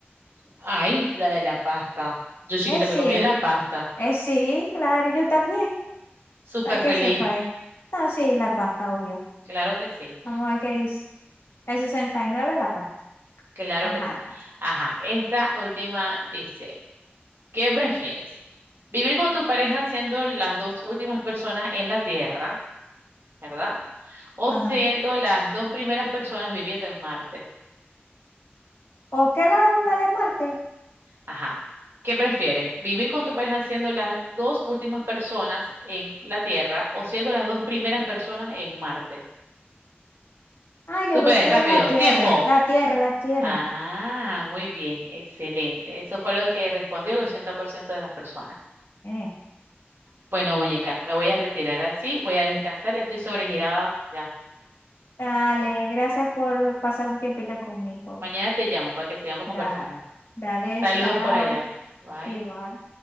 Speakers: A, on the right; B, on the left.
A: Ay, la de la pasta. Yo chiquita
B: Eh, sí,
A: me comía la pasta.
B: eh, sí, claro, yo también,
A: Súper
B: para que
A: feliz.
B: sepa. eh. No, sí, la pasta, obvio.
A: Claro que sí.
B: Vamos a ver qué dice. El 69 la pasta.
A: Claro
B: Ajá,
A: que sí.
B: la-
A: Ajá. Esta última dice, ¿qué prefieres? ¿Vivir con tu pareja siendo las dos últimas personas en la Tierra? ¿verdad? O
B: ajá.
A: siendo las dos primeras personas viviendo en Marte.
B: ¿O qué la, la de Marte?
A: Ajá. ¿Qué prefieres? ¿Vivir con tu pareja siendo las dos últimas personas en la Tierra o siendo las dos primeras personas en Marte?
B: Ah, yo
A: Tú
B: prefiero
A: puedes, rápido.
B: la tierra,
A: ¡Tiempo!
B: la tierra, la tierra.
A: Ah, muy bien, excelente. Eso fue lo que respondió el 80% de las personas.
B: Eh,
A: Bueno, muñeca, me voy a retirar así, voy a descansar, ya estoy sobregirada ya.
B: Dale, gracias por pasar un tiempito conmigo.
A: Mañana te llamo para que sigamos conversando.
B: Dale, dale,
A: Saludos
B: chao.
A: por allá. Bye.
B: Igual.